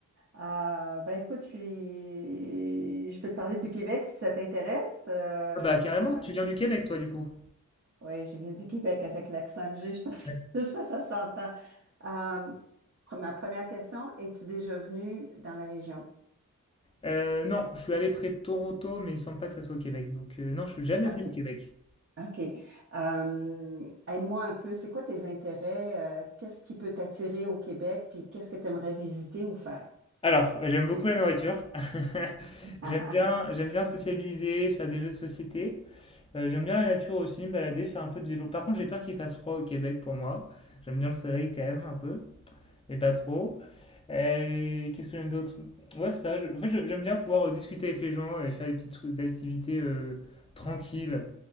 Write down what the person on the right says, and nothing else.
Euh, ben écoute, je suis... je peux te parler du Québec si ça t'intéresse. Euh,
c'est la partie.
Oui, je viens du Québec avec l'accent que j'ai, je pense
que <laughs> ça, ça s'entend. Euh, ma première question, es-tu déjà venu dans la région?
OK.
OK. Euh, aide-moi un peu, c'est quoi tes intérêts? euh, qu'est-ce qui peut t'attirer au Québec? Puis qu'est-ce que tu aimerais visiter ou faire?
<laughs>